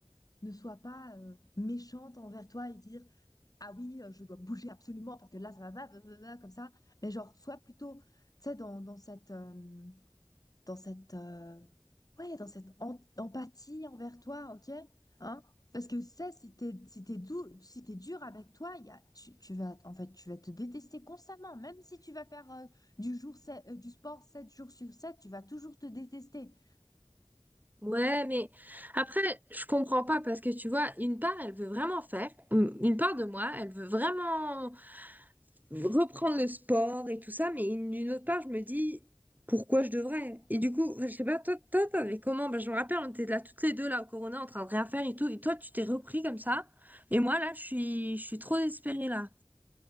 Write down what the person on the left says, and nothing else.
ne soit pas euh, méchante envers toi et dire ah oui euh, je dois bouger absolument parce que là ça va va- va- va- va comme ça mais genre sois plutôt tu sais dans dans cette euh, dans cette euh, ouais dans cette en- empathie envers toi ok hein parce que ça si t'es si t'es doux si t'es dur avec toi il y a tu, tu vas en fait tu vas te détester constamment même si tu vas faire euh, du jour sept- euh, du sport 7 jours sur sept tu vas toujours te détester